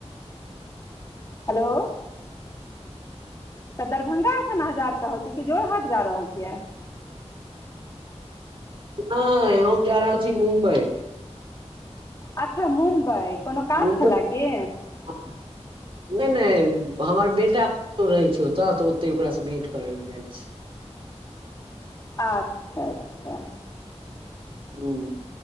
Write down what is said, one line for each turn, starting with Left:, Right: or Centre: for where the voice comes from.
Left: हेलो तऽ दरभंगा एखन अहाँ जा रहल छीयै कि जोर हाट जा रहल छियइ
Right: नहि हम जा रहल छी मुम्बई
Left: अच्छा मुम्बई कोनो काज
Right: मुम्बई
Left: छलए की
Right: <inaudible> नहि नहि हमर बेटा पुतौह रहै छय ओतऽ तऽ ओते ओकरासँ भेंट करै लए जाइ छी
Left: अच्छा अच्छा
Right: हं